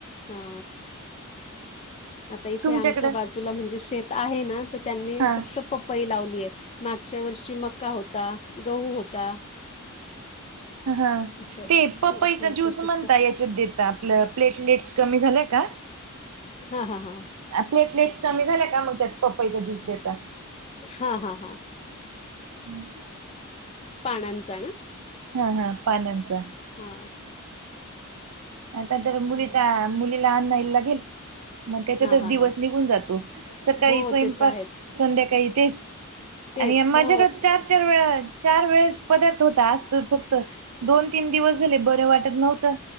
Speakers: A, on the left; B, on the right.
A: हा, आता इथे
B: तुमच्याकडं
A: आमच्या बाजूला म्हणजे शेत आहे ना, त त्यांनी
B: हा
A: फक्त पपई लावलीय मागच्या वर्षी मका होता. गहू होता.
B: ह ह,
A: असं.
B: ते पपईचा
A: हा
B: ज्यूस
A: तसंच.
B: म्हणता याच्यात देता आपलं प्लेटलेट्स कमी झाल्या का?
A: हा हा हा,
B: प्लेटलेट्स कमी झाल्या का मग त्यात पपईचा ज्यूस देता.
A: हा हा हा,
B: हम्,
A: पानांचा ना,
B: हा हा, पानांचा
A: हा,
B: आता तर मुलीचा
A: हम्म.
B: मुलीला अन्नायला लागेल. मग त्याच्यातच
A: हा हा
B: दिवस
A: हा
B: निघून जातो सकाळी
A: हो
B: स्वयंपाक
A: ते तर आहेच
B: संध्याकाळी तेच
A: तेच
B: आणि माझ्याकडे
A: हो
B: चार चार वेळा चार वेळेस पदार्थ होता आज त फक्त दोन तीन दिवस झाले बरे वाटत नव्हतं